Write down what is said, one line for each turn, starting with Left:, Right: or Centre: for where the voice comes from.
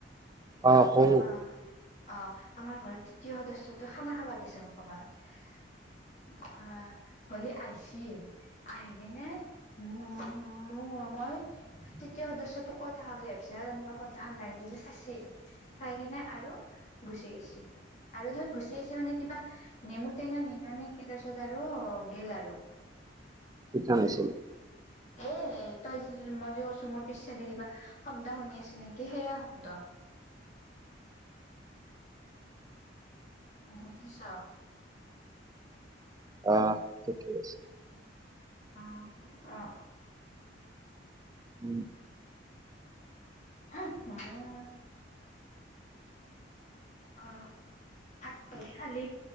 Right: অ সৌ
Left: অ অ আমাৰ ঘৰত তৃতীয় সদস্যতো খানা খাবা গৈছিল ক'বাত। অ ঘৰলে আহিছিল, আহ কিনে উম উ মোৰ মই তৃতীয় সদস্যতোক কৈ থাকা বুলি ভাবিছে তেনেকে পয়দাখন দাঙি কিনি চাইছি চাই কিনে আৰু গুচি গেছি। আৰু ধৰ গুচি আহিছে মানে কিবা নেমু টেঙা নিলা নে কি তাৰপিছত আৰু গল আৰু।
Right: কি কাম আছিল
Left: এ তই মই যে কৈছো মোৰ পিছেদি কিবা শব্দ শুনি আছে নেকি সেয়া শব্দ। বুজিছ?
Right: অ ঠিকে আছে।
Left: অঁ অ।
Right: <inaudible>
Left: উমহো। অ ভাত কিহে খালি?